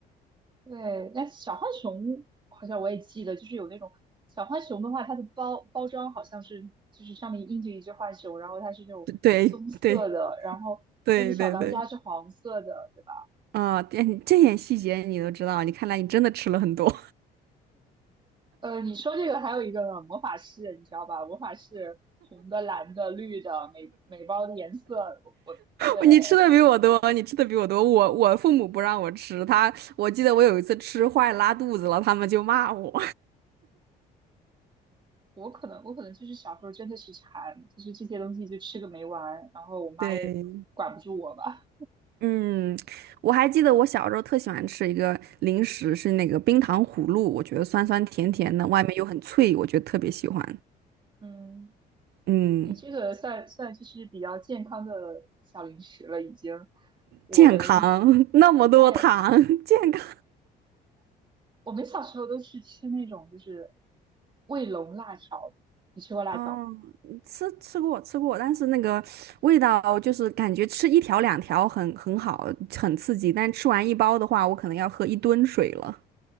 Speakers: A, on the right (about 30°); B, on the right (about 70°).
A: 对，但小浣熊好像我也记得，就是有那种小浣熊的话，它的包包装好像是就是上面印着一只浣熊，然后它是那种棕色的，
B: <laughs> 对对
A: 然后但是小当家是黄色的，
B: 对对对，
A: 对吧？
B: 啊，这这点细节你都知道，你看来你真的吃了很多，
A: 呃，你说这个还有一个呢魔法士，你知道吧？魔法士红的、蓝的、绿的，每每包的颜色，我我对
B: <laughs> 你吃的比我多，你吃的比我多。我我父母不让我吃，他我记得我有一次吃坏拉肚子了，他们就骂我。
A: 我可能我可能就是小时候真的是馋，就是这些东西就吃个没完，然后我妈也管不住我吧，
B: <laughs> 对嗯，我还记得我小时候特喜欢吃一个零食，是那个冰糖葫芦，我觉得酸酸甜甜的，
A: 嗯。
B: 外面又很脆，我觉得特别喜欢。
A: 嗯。
B: 嗯，
A: 你这个算算就是比较健康的小零食了，已经。我们
B: 健康，<laughs> 那么多糖，
A: 对
B: <laughs> 健康。
A: 我们小时候都是吃那种就是卫龙辣条，你吃过辣条吗？
B: 啊！吃吃过吃过，但是那个味道就是感觉吃一条两条很很好，很刺激，但吃完一包的话，我可能要喝一吨水了。